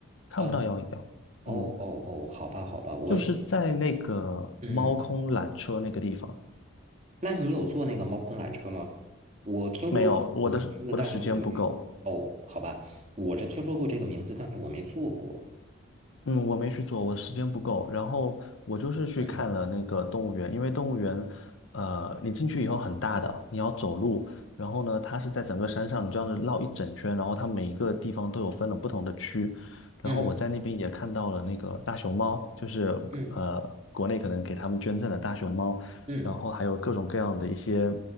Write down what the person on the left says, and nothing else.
看不到幺零幺。
嗯，
就是在那个猫空缆车那个地方。
没有，我的我的时间不够。
嗯，我没去做，我时间不够。然后我就是去看了那个动物园，
因为动物园，呃，你进去以后很大的，你要走路。然后呢，它是在整个山上，你这样子绕一整圈，然后它每一个地方都有分了不同的区。然后我在那边也看到了那个大熊猫，
就是呃，
国内可能给他们捐赠的大熊猫，
然后还有各种各样的一些。